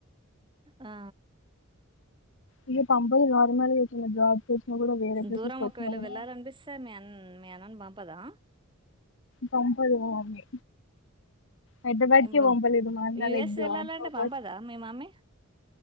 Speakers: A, on the right (about 20°); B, on the left (about 55°).
A: ఆ
B: ఇగ పంపంది గవర్నమెంట్ ఇచ్చిన జాబ్స్ కూడా వేరే ప్లేసెస్
A: దూరం
B: కి వచ్చినా
A: ఒకవేళ
B: కూడా
A: వెళ్ళాలనిపిస్తే మీ అన్ మీ అన్నని పంపదా
B: పంపదు మా మమ్మీ హైదరాబాద్
A: ఇప్పుడు
B: కే పంపలేదు మా అన్న
A: యుఎస్
B: లైక్ జాబ్
A: వెళ్ళాలంటే
B: పర్పస్
A: పంపదా మీ మమ్మీ